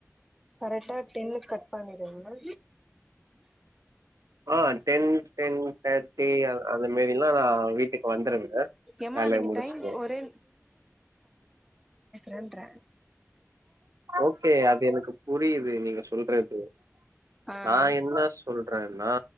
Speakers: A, in the centre; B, on the right.
A: கரெக்டா டென்னுக்கு கட் பண்ணிடுங்க
B: ஆஹ் டென் டென் தேர்ட்டி அ அந்த மேரில்லா வீட்டுக்கு வந்துருங்க
A: ஏமா
B: வேலைய
A: நீங்க
B: முடிச்சுட்டு
A: டைம் ஒரே ரெண்டர
B: ஓகே அது எனக்கு புரியிது. து நீங்க சொல்றது.
A: ஆ
B: நா என்ன சொல்றனா